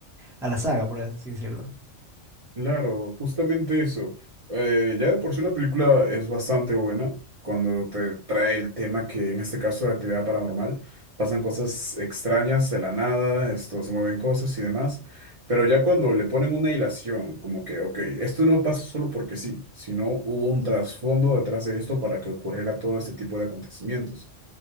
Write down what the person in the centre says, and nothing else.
a la saga, por así decirlo.